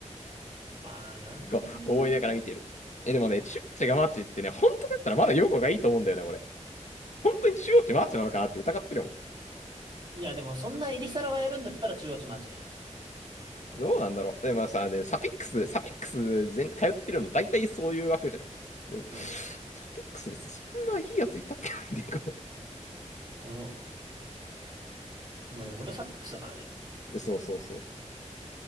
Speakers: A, on the right; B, on the left.
A: <laughs> まあなー。
B: と思いながら見てる。え、でもね、中央値がマーチってね、本当だったらまだ用語がいいと思うんだよね、俺。本当に中央値マーチなのかなって疑ってるもん。
A: いや、でもそんなエリサラがやるんだったら中央値マジじゃない。
B: どうなんだろう。でもさ、でサピックス、サピックス全、通ってるの大体そういうわけじゃん。でも、
A: うん。
B: サピックス別にそんないいやついたっけっていうか
A: おうまあでも俺サピックスだからね。
B: <laughs> そうそうそう。